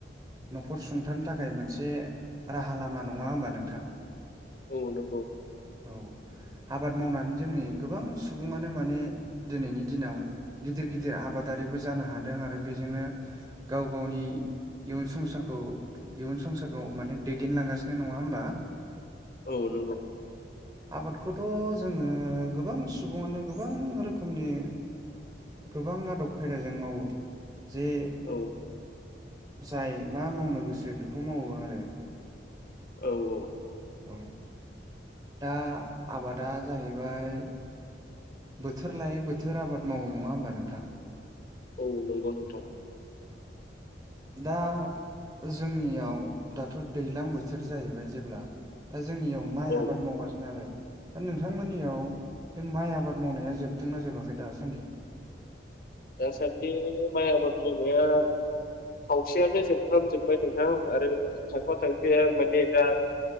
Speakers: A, on the right; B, on the left.
A: न'खर सुंथानो थाखाय मोनसे राहा लामा नङा होमबा नोंथां।
B: औ नंगौ।
A: औ। आबाद मावनानै जोंनि गोबां सुबुङानो माने दिनैनि दिनाव गिदिर गिदिर आबादा बो जानो हादों आरो बेजोंनो गाव गावनि इयुन संसारखौ इयुन संसारखौ माने दैदेनलांगासिनो नङा होमबा?
B: औ नंगौ।
A: आबादखौथ' जोङो गोबां सुबुङानो गोबां रोखोमनि गोबां आदब खायदाजों मावो जे।
B: औ
A: जाय मा मावनो गोसो बेखौ मावो आरो।
B: औ औ।
A: औ दा आबादा जाहैबाय। बोथोर लायै बोथोर आबाद मावो नङा होमबा नोंथां?
B: औ नंगौ नोंथां।
A: दा। जोंनियाव दाथ' दैलां बोथोर जाहैबाय जेब्ला दा जोंनियाव माइ
B: औ
A: आबाद मावगासिनो आरो दा नोंथांमोननियाव बे माइ आबाद मावनाया जोबदोंना जोबाखै दासान्दि?
B: <inaudible> दासान्दि माइ आबाद मावनाया खावसेयानो जोबफ्रामजोब्बाय नोंथां। आरो खायफा खायफाया माने दा।